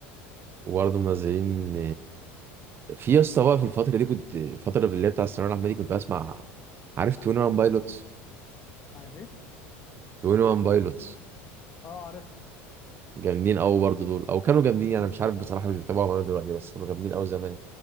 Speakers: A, on the right (about 35°); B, on the left (about 35°).
A: وبرضه منزلين في يا اسطى بقى في الفترة دي كنت الفترة اللي هي بتاع الثانوية العامة دي كنت بسمع عارف 21 بايلوتس
B: عارف ايه
A: 21 بايلوتس
B: اه عارف
A: جامدين قوي برضه دول او كانوا جامدين انا مش عارف بصراحة مش بتابعهم انا دلوقتي بس كانوا جامدين قوي زمان